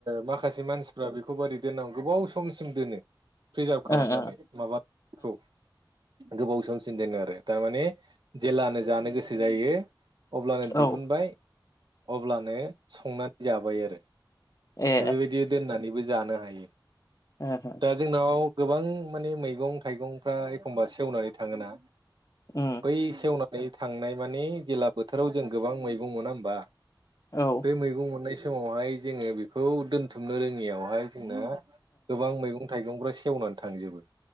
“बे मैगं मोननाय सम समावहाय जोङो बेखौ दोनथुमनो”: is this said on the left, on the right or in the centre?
Right